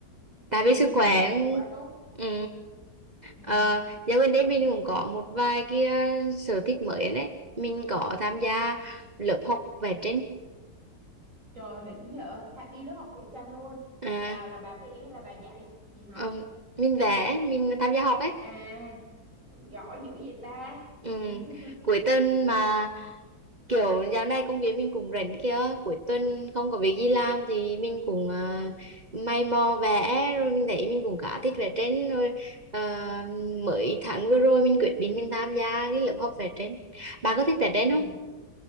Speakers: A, on the right; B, on the right.
A: tại
B: ừ,
A: vì sức khỏe
B: vậy thì quá tốt
A: ừ.
B: ừ,
A: Ờ, dạo gần
B: sức
A: đây
B: khỏe
A: mình
B: em cho
A: cũng
B: phép
A: có
B: rồi
A: một vài cái ờ, sở thích mới đấy mình có tham gia lớp học vẽ tranh
B: trời đỉnh nhở Thà đi lớp học vẽ tranh luôn
A: à,
B: là là bà vẽ hay là bà dạy dạy học
A: ừm, mình vẽ mình tham gia học ấy
B: à giỏi dữ vậy ta
A: Ừ,
B: <laughs>
A: cuối tuần mà
B: ừ,
A: kiểu dạo này công việc mình cũng rảnh kia cuối tuần không có việc gì làm thì mình cũng à, may mò vẽ rồi mình thấy mình cũng khá thích vẽ tranh rồi à, mới tháng vừa rồi mình quyết định mình tham gia cái lớp học vẽ tranh bạn có thích vẽ tranh
B: ừ.
A: không